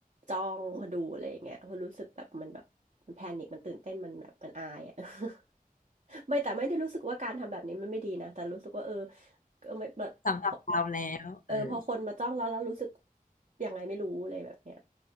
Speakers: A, on the right (about 55°); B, on the left (about 60°).
A: จ้องดูอะไรอย่างเงี้ยเพราะรู้สึกแบบมันแบบมันแพนิคมันตื่นเต้นมันแบบมันอายอ่ะ <laughs> ไม่แต่ไม่ได้รู้สึกว่าการทำแบบนี้มันไม่ดีนะแต่รู้สึกว่าเออเออไม่แบบพอ
B: สำหรับเราแล้วเออ
A: เออพอคนมาจ้องแล้วแล้วรู้สึกยังไงไม่รู้เลยแบบเนี้ย